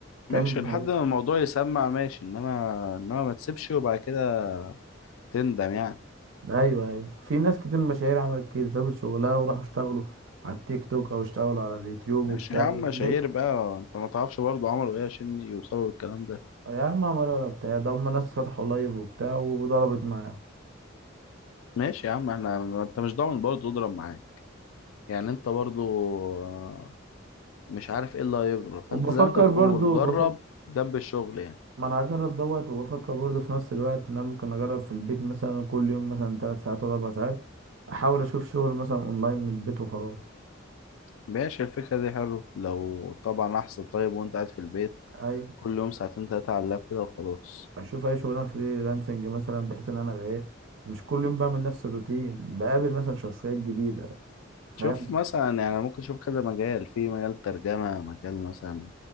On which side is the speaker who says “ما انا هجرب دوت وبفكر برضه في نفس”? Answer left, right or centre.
Right